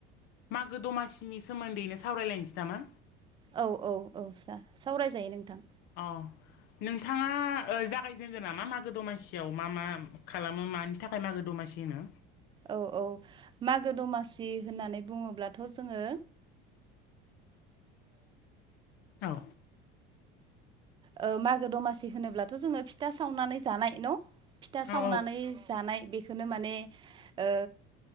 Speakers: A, on the left (about 55°); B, on the right (about 25°).
A: मागो दमासिनि सोमोन्दैनो सावरायलायनोसै नामा?
B: औ औ औ सा सावरायजायो नोंथां।
A: अ नोंथाङा ओ जागायजेनदो ना मा मागो दमासियाव मा मा खालामो मानि थाखाय मागो दमा दमासि होनो
B: औ औ मागो दमासि होननानै बुङोब्लाथ' जोङो
A: औ।
B: ओ मागो दमासि होनोब्लाथ' जोङो फिथा सावनानै जानाय न' फिथा
A: औ
B: सावनानै जानाय बेखोनो माने ओ